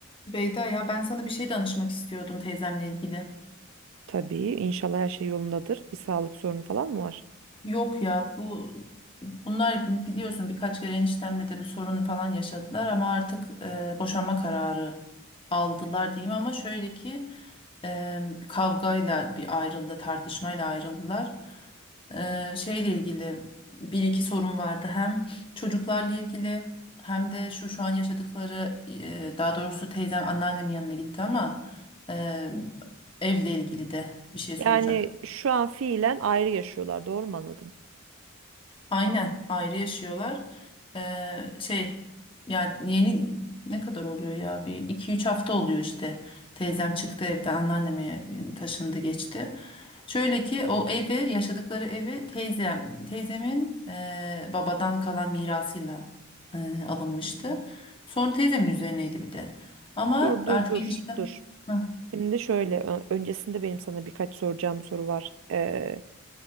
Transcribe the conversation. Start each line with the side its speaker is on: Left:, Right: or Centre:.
Left: Beyda ya ben sana bir şey danışmak istiyordum teyzemle ilgili.
Right: Tabii inşallah her şey yolundadır. Bir sağlık sorunu falan mı var?
Left: Yok ya bu bunlar biliyorsun birkaç kere eniştemle de bir sorun falan yaşadılar ama artık e, boşanma kararı aldılar diyeyim ama şöyle ki e, kavgayla bir ayrıldı tartışmayla ayrıldılar. E, şeyle ilgili bir iki sorun vardı hem çocuklarla ilgili hem de şu şu an yaşadıkları e, daha doğrusu teyzem anneannemin yanına gitti ama e, evle ilgili de bir şey soracaktım.
Right: Yani şu an fiilen ayrı yaşıyorlar, doğru mu anladım?
Left: Aynen ayrı yaşıyorlar. Ee, şey ya yeni ne kadar oluyor ya bir iki üç hafta oluyor işte. Teyzem çıktı evden anneanneme taşındı geçti. Şöyle ki o evi yaşadıkları evi teyzem teyzemin e, babadan kalan mirasıyla e, alınmıştı.
Right: Hmm.
Left: Sonra teyzemin üzerineydi bir de. Ama
Right: Dur dur
Left: artık
Right: dur
Left: enişte
Right: dur.
Left: Hah.
Right: Şimdi şöyle ö- öncesinde benim sana birkaç soracağım soru var. Ee,